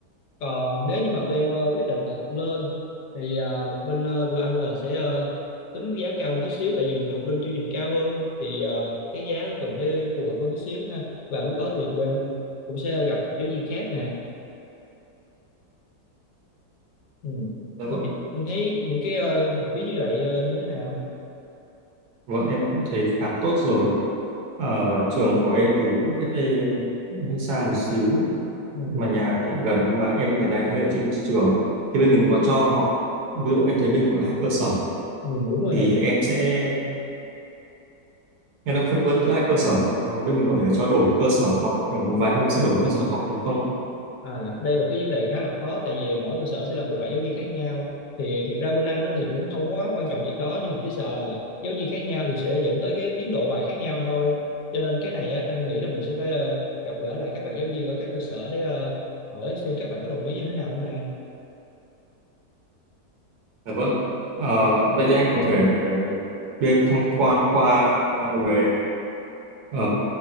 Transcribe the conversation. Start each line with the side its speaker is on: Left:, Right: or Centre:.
Left: còn nếu như mà tụi em ờ, quyết định là học lên thì ờ, bên ờ, tụi anh là sẽ ờ, tính giá cao hơn tí xíu tại vì mình học lên chương trình cao hơn thì ờ, cái giá nó cần phải phù hợp hơn tí xíu ha và lúc đó thì tụi em cũng sẽ gặp một giáo viên khác nè ừ.
Right: Dạ vâng
Left: thì em thấy những cái ờ, học phí như vậy ờ, như thế nào
Right: Vâng, em cũng thấy khá tốt rồi ở trường của em thì cũng cách đây cũng hơi xa một xíu
Left: ừ.
Right: mà nhà thì gần nhưng mà em giờ này hay ở trên trường thì bên mình có cho học ví dụ em thấy bên mình có hai cơ sở
Left: ừ, đúng rồi
Right: thì
Left: nè
Right: em sẽ Em đang phân vân giữa hai cơ sở hoặc là bên mình có thể cho đổi cơ sở học kiểu một vài hôm sẽ đổi cơ sở học được không ạ?
Left: À, đây là một cái vấn đề khá là khó tại vì mỗi cơ sở sẽ là một bạn giáo viên khác nhau thì thiệt ra bên anh nó thì cũng không quá quan trọng việc đó nhưng mà chỉ sợ là giáo viên khác nhau thì sẽ dẫn tới cái tiến độ bài khác nhau thôi cho nên cái này á, anh nghĩ là mình sẽ phải ờ, gặp gỡ lại các bạn giáo viên ở các cơ sở để ờ, hỏi xem các bạn có đồng ý như thế nào không nè
Right: Dạ vâng. Ờ, vậy thì anh có thể đưa em đi tham quan qua ờ, về ờ,